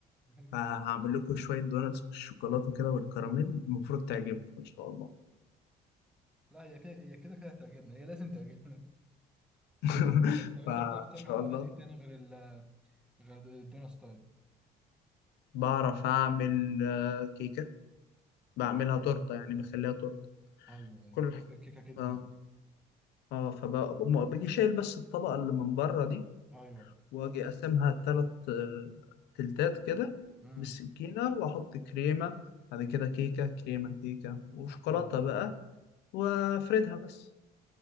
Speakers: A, in the centre; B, on the left.
A: <laughs>
B: فهعمل لكم شويه دوناتس بالشوكولاته كده والكراميل المفروض
A: مم.
B: تعجبكم ان شاء الله
A: لا هي كده هي كده كده هتعجبنا هي لازم تعجبنا <laughs>
B: <laughs>
A: طب انت
B: فان
A: بتعرف تعمل
B: شاء
A: حلويات
B: الله
A: ايه تاني غير ال غير الدونا ستايل؟
B: بعرف اعمل آه، كيكه بعملها تورته يعني بخليها تورته
A: ايوه ايوه
B: كل
A: بحب
B: حاجه
A: الكيكه جدا
B: اه
A: ايوه
B: اه فباجي شايل بس الطبقه اللي من بره دي
A: ايوه
B: واجي اقسمها تلات آه، تلتات كده
A: امم
B: بالسكينة واحط كريمة بعد كده كيكة كريمة كيكة وشوكولاتة
A: أيوة.
B: بقى وافردها بس